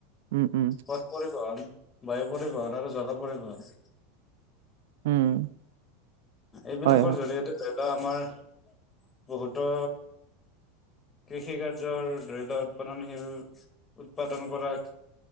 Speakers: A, on the right (about 75°); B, on the left (about 20°).
A: উম উম
B: পথ পৰিবহন বায়ু পৰিবহন আৰু জল পৰিবহন
A: উম
B: এইবিলাকৰ
A: হয়, হয়।
B: জৰিয়তে ধৰি লও আমাৰ বহুতো কৃষি কাৰ্যৰ ধৰি লোৱাক উৎপাদনশীল উৎপাদন কৰা